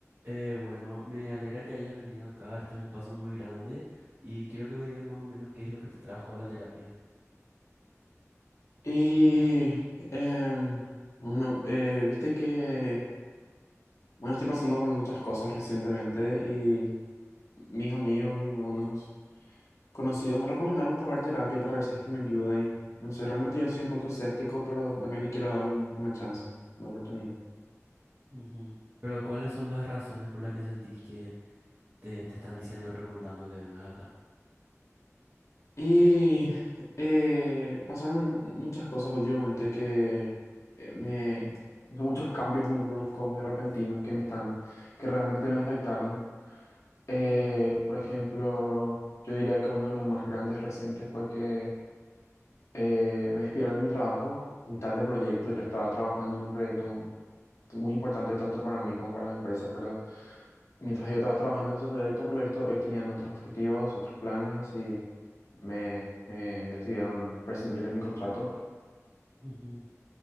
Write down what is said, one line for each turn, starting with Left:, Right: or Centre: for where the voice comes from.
Right: Eh, bueno, me alegra que hayas venido acá. Este es un paso muy grande y quiero que me digas más o menos qué es lo que te trajo a la terapia.
Left: Y, em, bueno, eh, viste que, bueno, estoy pasando por muchas cosas recientemente y mis amigos y unos conocidos me recomendaron probar terapia para ver si es que me ayuda y, no sé, realmente yo soy un poco escéptico, pero también le quiero dar un- una chance, una oportunidad.
Right: Ujú. Pero ¿cuáles son las razones por las que sentís que te, te están diciendo y recomendando que vengas acá?
Left: Y eh, pasaron muchas cosas últimamente que eh, me... Son muchos cambios muy bruscos, muy repentinos que me están, que realmente me afectaron. Eh,
Right: Ujú,
Left: por ejemplo, yo diría que uno de los más grandes recientes fue que eh, me despidieron de mi trabajo, mitad de proyecto. Yo estaba trabajando en un proyecto muy importante tanto para mí como para la empresa, pero mientras yo estaba trabajando en ese proyecto, por lo visto, ellos tenían otros objetivos, otros planes y me, me decidieron prescindir de mi contrato.
Right: u- ujú.